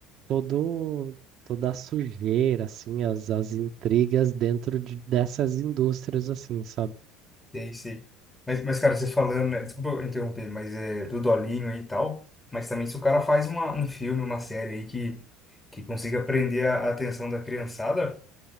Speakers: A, on the right (about 55°); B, on the left (about 15°).
A: todo, toda a sujeira, assim, as, as intrigas dentro de, dessas indústrias, assim, sabe?
B: Sei, sei. Mas, mas, cara, você falando, né? Desculpa eu interromper, mas é do Dolinho aí e tal. Mas também se o cara faz uma, um filme, uma série aí que, que consiga prender a a atenção da criançada,